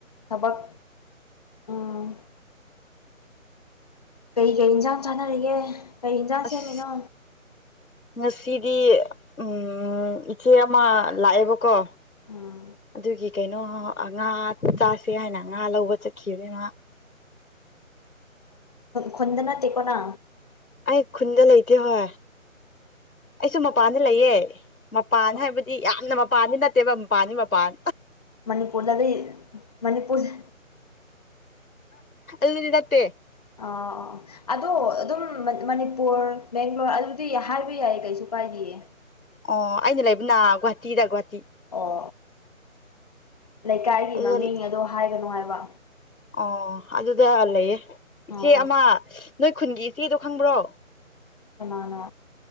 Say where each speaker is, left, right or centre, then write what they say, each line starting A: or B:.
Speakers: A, on the left (about 30°); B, on the left (about 80°).
A: ꯊꯕꯛ ꯎꯝ ꯀꯩ ꯀꯩ ꯏꯟꯁꯥꯡ ꯆꯥꯟꯅꯔꯤꯒꯦ ꯀꯩ ꯌꯦꯟꯁꯥꯡ
B: ꯑꯁ
A: ꯁꯦꯝꯃꯤꯅꯣ
B: ꯉꯁꯤꯗꯤ ꯎ ꯏꯆꯦ ꯑꯃ ꯂꯥꯛꯑꯦꯕꯀꯣ
A: ꯎꯝ
B: ꯑꯗꯨꯒꯤ ꯀꯩꯅꯣ ꯉꯥ ꯆꯥꯁꯦ ꯍꯥꯏꯅ ꯉꯥ ꯂꯧꯕ ꯆꯠꯈꯤꯕꯅꯦ ꯃꯥ
A: ꯈꯟꯗ ꯅꯠꯇꯦꯀꯣꯅ
B: ꯑꯩ ꯈꯨꯟꯗ ꯂꯩꯇꯦ ꯍꯣꯏ ꯑꯩꯁꯨ ꯃꯄꯥꯟꯗ ꯂꯩꯌꯦ ꯃꯄꯥꯟ
A: ꯑꯥ
B: ꯍꯥꯏꯕꯗꯤ ꯌꯥꯝꯅ ꯃꯄꯥꯟꯅꯤ ꯅꯠꯇꯦꯕ ꯃꯄꯥꯟꯅꯤ ꯃꯄꯥꯟ
A: ꯃꯅꯤꯄꯨꯔꯗꯗꯤ ꯃꯅꯤꯄꯨꯔ
B: ꯑꯜꯗꯠꯇꯦ
A: ꯑ ꯑꯗꯣ ꯑꯗꯨꯝ ꯃꯅꯤꯄꯨꯔ ꯕꯦꯡꯒ꯭ꯂꯣꯔ ꯑꯗꯨꯗꯤ ꯍꯥꯏꯕ ꯌꯥꯏ ꯀꯩꯁꯨ ꯀꯥꯏꯗꯤꯌꯦ
B: ꯑꯣ ꯑꯩꯅ ꯂꯩꯕꯅ ꯒꯨꯍꯥꯇꯤꯗ ꯒꯨꯍꯥꯇꯤ
A: ꯑꯣ ꯂꯩꯀꯥꯏꯒꯤ
B: ꯑꯗꯨꯗ
A: ꯃꯃꯤꯡ ꯑꯣ ꯍꯥꯏꯒꯅꯨ ꯍꯥꯏꯕ
B: ꯑꯣ ꯑꯗꯨꯗ ꯂꯩꯌꯦ ꯏꯆꯦ
A: ꯑꯥ ꯑꯥ
B: ꯑꯃ ꯅꯣꯏ ꯈꯨꯟꯒꯤ ꯏꯆꯦꯗꯣ ꯈꯪꯕ꯭ꯔꯣ
A: ꯀꯃꯅ